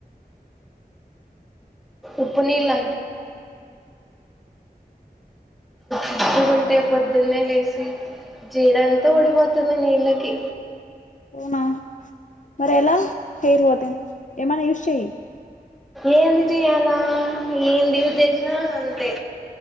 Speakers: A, in the centre; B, on the left (about 50°).
A: ఉప్పు నీలు ప్పుకుంటే పొద్దునే లేసి జెడ అంత ఊడిపోతుంది నీళ్ళకి
B: అవునా మరి ఎలా హెయిర్ ఏ మన యూస్ చెయి
A: ఏంది చేయాలా ఏంది ఉద్దేశిన అంతే